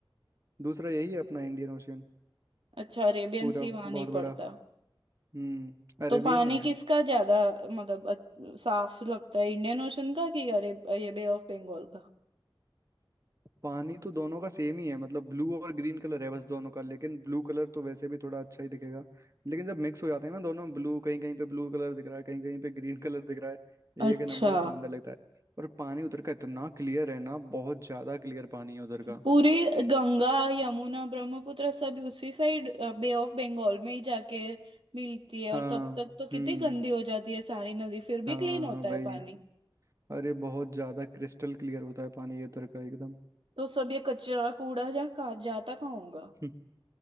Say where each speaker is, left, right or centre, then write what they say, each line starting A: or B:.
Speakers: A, on the right; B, on the right.
A: दूसरा यही है अपना इंडियन ओशियन
B: अच्छा अरेबियन
A: पूरा
B: सी वहां
A: बहुत
B: नहीं पड़ता
A: बड़ा हम्म अरेबियन
B: तो पानी
A: नहीं है
B: किसका ज्यादा मतलब अ- साफ लगता है इंडियन ओशन का कि अरे ये बे ऑफ बंगाल का
A: पानी तो दोनों का सेम ही है मतलब ब्लू और ग्रीन कलर है बस दोनों का लेकिन ब्लू कलर तो वैसे भी थोड़ा अच्छा ही दिखेगा लेकिन जब मिक्स हो जाते हैं ना दोनों ब्लू कहीं कहीं पे ब्लू कलर दिख रहा है कहीं कहीं पे ग्रीन कलर दिख रहा है
B: अच्छा
A: एक नंबर समंदर लगता है और पानी उधर का इतना क्लियर है ना बहुत ज्यादा क्लियर पानी है उधर का
B: पूरी गंगा यमुना ब्रह्मपुत्र सब उसी साइड बे ऑफ बंगाल में ही जाके मिलती है और
A: हाँ
B: तब तक तो
A: हम्म
B: कितनी गंदी हो जाती है सारी नदी फिर
A: हाँ
B: भी क्लीन होता है
A: वही
B: पानी
A: अरे बहुत ज्यादा क्रिस्टल क्लियर होता है पानी ये उधर का एकदम
B: तो सब ये कचरा कूड़ा जहाँ कहाँ जाता कहाँ होगा
A: <laughs>